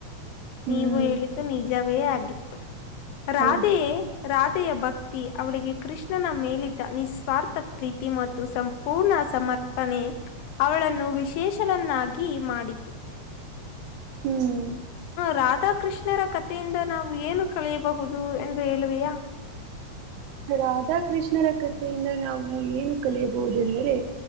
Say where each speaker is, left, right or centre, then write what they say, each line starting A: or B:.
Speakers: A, on the right (about 80°); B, on the left (about 85°).
A: ಹ್ಮ್
B: ನೀವು ಹೇಳಿದ್ದು ನಿಜವೇ ಆಗಿತರ ರಾಧೆ
A: ಹೌದು
B: ರಾಧೆ ಭಕ್ತಿ ಅವಳಿಗೆ ಕೃಷ್ಣನ ಮೇಲಿದ್ದ ನಿಸ್ವಾರ್ಥ ಪ್ರೀತಿ ಮತ್ತು ಸಂಪೂರ್ಣ ಸಮಾಜ ಅರ್ಪಣೆ ಅವಳನ್ನು ವಿಶೇಷಲನ್ನಾಗಿ ಮಾಡಿತು
A: ಹ್ಮ್
B: ರಾಧಾಕೃಷ್ಣರ ಕಥೆಯಿಂದ ನಾವು ಏನು ಕಳೆಯಬಹುದು ಎಂದು ಹೇಳುವೆಯಾ
A: ರಾಧಾಕೃಷ್ಣರ ಕೃತೆಯಿಂದ ನಾವು ಏನು ಕಲಿಯಬಹುದೆಂದರೆ